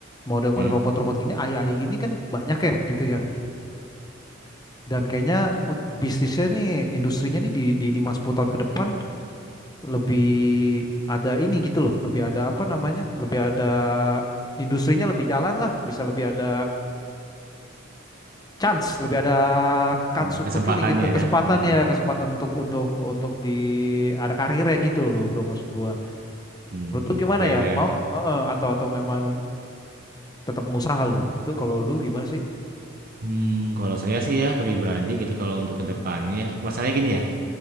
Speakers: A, on the left; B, on the right.
A: model-model
B: Hmm.
A: robot-robot gini, AI gini kan banyak ya gitu ya. Dan kayaknya un- bisnisnya nih, industrinya nih di, di 5-10 tahun ke depan lebih ada ini gitu loh, lebih ada apa namanya, lebih ada industrinya lebih jalan lah, bisa lebih ada chance, lebih ada kans
B: Hmm,
A: untuk
B: kesempatannya
A: ini gitu, kesempatan
B: ya. Hmm,
A: ya, kesempatan untuk untuk untuk di ada karirnya gitu loh bro maksud gua.
B: hmm,
A: Menurut
B: hmm.
A: lu gimana
B: daerah-daerah.
A: ya? Mau eh, eh, atau atau memang tetap mau usaha lu? Itu kalau lu gimana sih?
B: Hmm, kalau saya sih ya pribadi gitu kalau untuk kedepannya,
A: Mm-mm.
B: masalahnya gini ya,